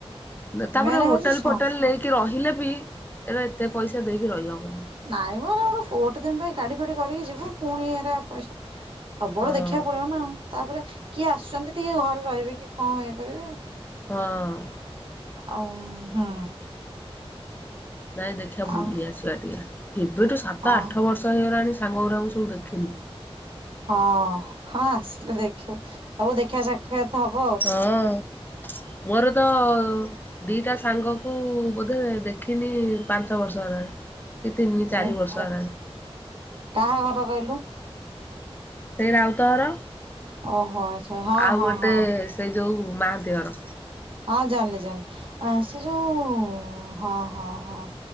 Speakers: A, on the left (about 20°); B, on the right (about 55°).
A: ନା ତାପରେ
B: ମେନ୍ ହଉଛି
A: ହୋଟେଲ
B: ସ
A: ଫୋଟେଲ ନେଇକି ରହିଲେ ବି ଏରା ଏତେ ପଇସା ଦେଇ ରହିହବନି।
B: ନାଇଁ ମ ଏରା ରା ଗୋଟେ ଦିନ ପାଇଁ ଗାଡି ଫାଡି କରିକି ଯିବୁ ପୁଣି ଏରା ପଇସା ସବୁଆଡୁ
A: ହଁ
B: ଦେଖିବାକୁ ପଡିବ ନା ତାପରେ କିଏ ଆସୁଛନ୍ତି ଟିକେ ଘରେ ରହିବେ କି କଣ ଇଏ କରିବେ।
A: ହଁ।
B: ଆଉ ହୁଁ।
A: ନାଇଁ ଦେଖିବା
B: ଆଉ
A: ବୁଲି ଆସିବା ଟିକିଏ। କେବେଠୁ ସାତ
B: ହଁ
A: ଆଠ ବର୍ଷ ହେଇଗଲାଣି ସାଙ୍ଗଉରଙ୍କୁ ସବୁ ଦେଖିନି।
B: ହଁ ହଁ ଆସିଲେ ଦେଖିବୁ। ସବୁ ଦେଖିବା ସାକ୍ଷାତ ହବ
A: ହଁ ମୋର ତ ଦିଟା ସାଙ୍ଗ କୁ ବୋଧେ ଦେଖ ଖିନି ପାଞ୍ଚ ବର୍ଷ ହେଲାଣି। କି ତିନି
B: <unintelligible>
A: ଚାରି ବର୍ଷ ହେଲାଣି
B: କାହାଘର କହିଲୁ।
A: ସେଇ ରାଉତ ଘର।
B: ଓହୋ ଆଚ୍ଛା ହଁ
A: ଆଉ
B: ହଁ
A: ଗୋଟେ
B: ହଁ
A: ସେଇ ଯୋଉ ମାହାନ୍ତି ଘର।
B: ହଁ ଜାଣିଲି ଜାଣିଲି ଆଁ ସେ ଯୋଉ ହଁ ହଁ ହଁ।